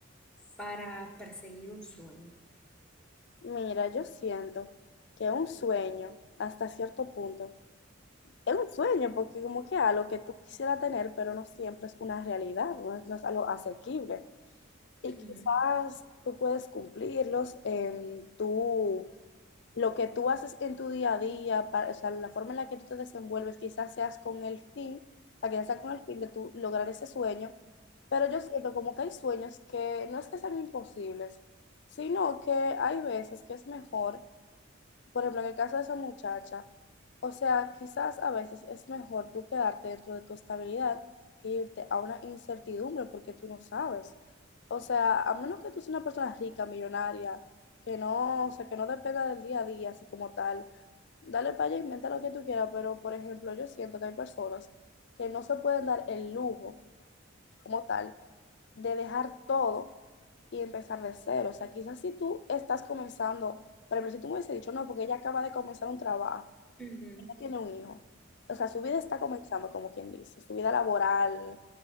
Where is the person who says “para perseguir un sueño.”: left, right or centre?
Centre